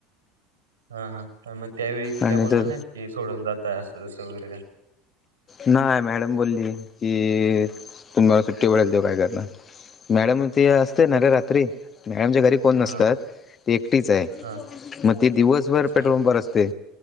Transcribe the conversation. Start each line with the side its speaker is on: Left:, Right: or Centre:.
Right: हा हा मग त्यावेळी ती काय
Left: आणि
Right: बोलणार
Left: तर
Right: नाहित की, सोडून जातय असं तस वगैरे काय?
Left: नाही. मॅडम बोलली की तुम्हाला सुट्टी मिळाली तेव्हा काय करणार. मॅडम ते असते ना रे, रात्री मॅडमच्या घरी कोण नसतात.
Right: हा
Left: ती एकटीच आहे.
Right: हा
Left: मग ती दिवसभर
Right: अच्छा
Left: पेट्रोल
Right: अच्छा
Left: पंपावर असते